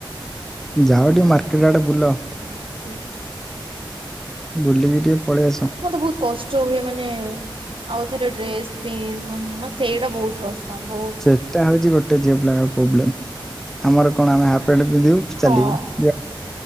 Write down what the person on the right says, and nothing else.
ମାର୍କେଟ।
ମତେ ବହୁତ କଷ୍ଟ ହୁଏ ମାନେ ଆଉ ଥରେ ଡ୍ରେସ ପିନ୍ ସେଇଟା ବହୁତ କଷ୍ଟ। ବହୁତ
ହଁ।